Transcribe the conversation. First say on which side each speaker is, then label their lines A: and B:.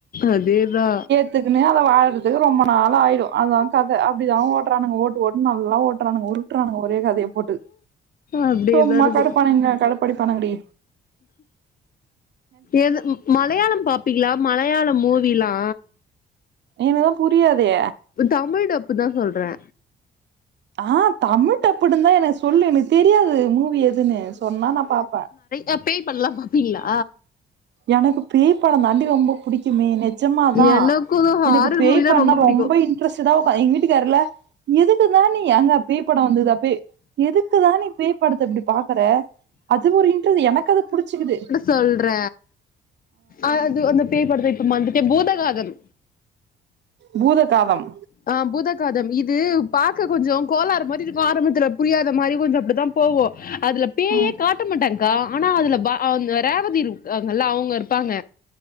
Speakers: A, on the left (about 45°); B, on the right (about 65°).
A: அதே தா
B: <unintelligible> அவ வாழ்றதுக்கு ரொம்ப நாள் ஆயிடு அதா கத அப்டிதா ஓ ஓட்றானுக ஓட்டு ஓட்டுனு நல்லா ஓட்டுறானுங்க உருட்டுறானுங்க ஒரே கதய போட்டு
A: அப்டியேதா
B: சும்மா
A: இருக்கு
B: கடுப்பானங்க கடுப்படிப்பானுங்க டி
A: எது மலையாளம் பாப்பீங்களா மலையாள மூவிலா
B: என்னதுதா புரியாதே
A: தமிழ் டப்புதா சொல்றே
B: ஆ தமிழ் டப்புடுதி நா சொல்லு எனக்கு தெரியாது மூவி எதுன்னு சொன்னா நா பாப்பே
A: ஏ பேய் படல்லா பாப்பீங்ளா
B: எனக்கு பேய் பட தாண்டி ரொம்ப புடிக்குமே நெஜமாதா
A: எனக்கு ஹாரர்
B: எனக்கு பேய்
A: மூவினா
B: படண்ணா
A: புடிக்கு
B: ரொம்ப இன்ட்ரெஸ்ட்டடா உக்காந் எங்க வீட்டுக்காருல்ல எதுக்குதா நீ ஏங்க பேய் பட வந்துகுதா பேய் எதுக்குதா நீ பேய்ப்படத்த இப்டி பாக்கற அது ஒரு இன்ட்ரஸ்ட் எனக்கு அது புடிச்சிக்குது
A: சொல்ற அது அந்த பேய் படத்த இப்ப மாறந்திட்டே பூதகாதம்
B: பூதகாதம்
A: ஆ பூதகாதம் இது பாக்க கொஞ்சோ கோலாறு மாறி இருக்கு ஆரம்பத்துல புரியாத மாறி கொஞ்ச அப்டிதா போவு அதுல
B: ஆ
A: கட்ட மாட்டங்க்கா ஆனா அதுல ப அந்த ரேவதி இருக்காங்கல்ல அவுங்க இருப்பாங்க